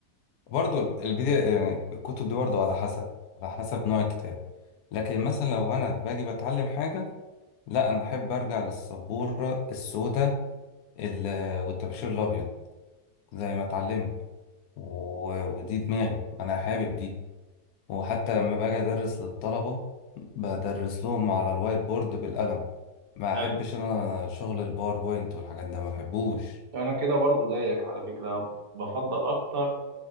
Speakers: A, on the left; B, on the right.
A: برضو البداية يعني الكتب دي برضو على حسب على حسب نوع الكتاب لكن مثلا لو أنا باجي بتعلم حاجة لا أنا أحب أرجع للسبورة السوداء ال- والطباشير الابيض زي ما اتعلمت و- ودي دماغي انا حابب دي وحتى لما باجي ادرس للطلبه بدرس لهم على الوايت بورد بالقلم ما
B: حلو
A: احبش انا شغل الباوربوينت والحاجات ده ما بحبوش
B: انا كده برضو زيك على فكره بفضل اكتر